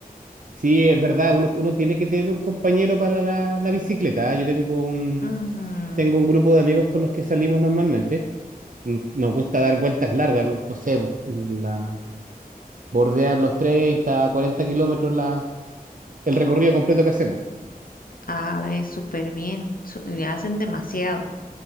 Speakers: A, on the right (about 60°); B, on the left (about 65°).
A: Sí, es verdad, uno, uno tiene que tener un compañero para la, la bicicleta. ¿ah? Yo tengo un,
B: Ujú.
A: tengo un grupo de amigos con los que salimos normalmente. Mm, Nos gusta dar vueltas largas, no no sé, la, bordear los 30, 40 kilómetros la, el recorrido completo que hacemos.
B: A ver, súper bien. su- le hacen demasiado,